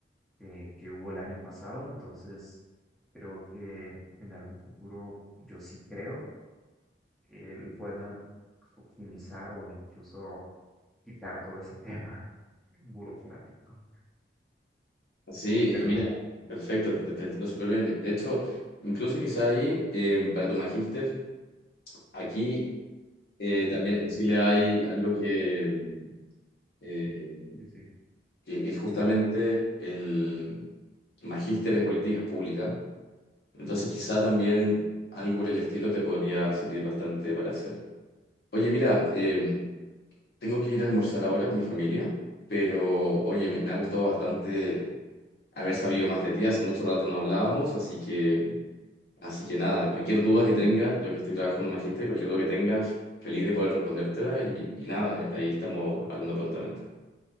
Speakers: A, in the centre; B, on the left (about 60°).
A: que, que hubo el año pasado. Entonces, creo que en algún futuro, yo sí creo, que lo puedan optimizar o incluso quitar todo ese tema burocrático.
B: Sí,
A: Pero,
B: y mira, perfecto, te, te
A: ajá,
B: entiendo súper bien. De, de hecho, incluso quizá ahí, eh, para tu magíster, aquí eh, también en Chile hay algo que, mm, eh,
A: sí, sí,
B: que es justamente
A: dime.
B: el magíster en políticas públicas. Entonces quizá también algo por el estilo te podría servir bastante para hacer. Oye, mira, eh, tengo que ir a almorzar ahora con mi familia, pero oye, me, me ha gustado bastante haber sabido más de ti. Hace mucho rato no hablábamos, así que, así que nada, cualquier duda que tengas, yo que estoy trabajando en magíster, cualquier duda que tengas, feliz de poder respondértela y, y nada, eh, ahí estamos hablando prontamente.